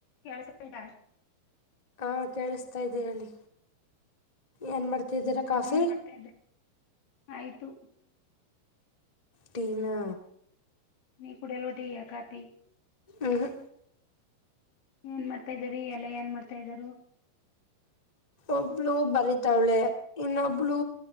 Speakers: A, on the left; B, on the left.
A: ಕೇಳಸ್ತಾದ
B: ಹಾ ಕೇಳಿಸತಾ ಇದ್ದೀ ಹೇಳಿ ಏನ್ ಮಾಡ್ತಿದ್ದೀರಾ
A: ಹ್ಮ್
B: ಕಾಫಿ
A: ಏನ್ ಮಾಡ್ತಾ ಇದ್ದೆ ಆಯ್ತು
B: ಟಿ ನಾ
A: ನೀ ಕುಡಲು ಒಟಿ ಯ ಕಾತಿ
B: ಹ ಹ
A: ಏನ್ ಮಾಡ್ತಾ ಇದಾರೆ ಎಲ್ಲ ಏನ್ ಮಾಡ್ತಾ ಇದರು
B: ಒಬ್ಳು ಬರೀತಾವಳೆ ಇನ್ನೊಬ್ಳು